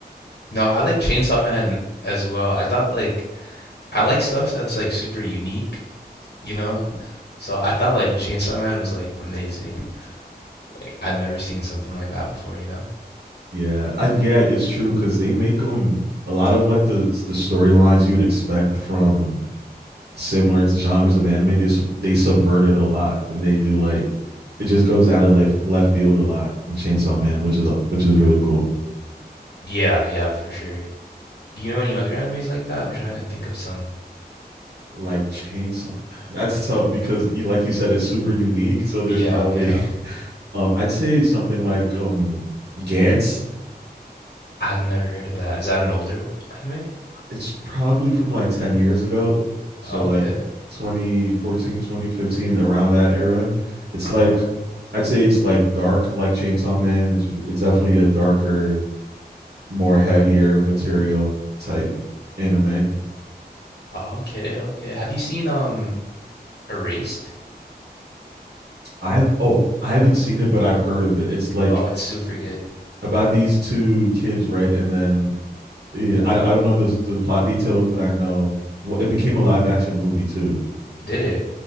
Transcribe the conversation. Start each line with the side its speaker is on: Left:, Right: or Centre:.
Left: No, I like Chainsaw Man as well. I thought like I like stuff that's like super unique, you know? So I thought like Chainsaw Man was like amazing. Like I've never seen something like that before, you know?
Right: Yeah, I, yeah, it's true because they make them a lot of like the the storylines you would expect from similar to genres of anime. They sub- they subvert it a lot, and they do like it just goes out of left left field a lot in Chainsaw Man, which is which is really cool.
Left: Yeah, yeah, for sure. Do you know any other animes like that? I'm trying to think of some.
Right: like chainsaw that's
Left: Like
Right: tough because you like you said it's super unique so there's
Left: yeah,
Right: probably
Left: yeah.
Right: <laughs> um i'd say something like um gantz
Left: I've never heard of that. Is that an older anime?
Right: it's probably from like 10 years ago so
Left: Okay.
Right: like 2014, 2015, around that era it's
Left: Uh-huh.
Right: like i'd say it's like dark like chainsaw man it's it's definitely a darker more
Left: Right.
Right: heavier material type anime
Left: Okay, okay. Have you seen um Erased?
Right: i oh i haven't seen it but i've heard of it it's like
Left: Oh, it's super good.
Right: about these two kids right and then yeah, I, I don't know the the plot details, but I know well, it became a live action movie too.
Left: Did it?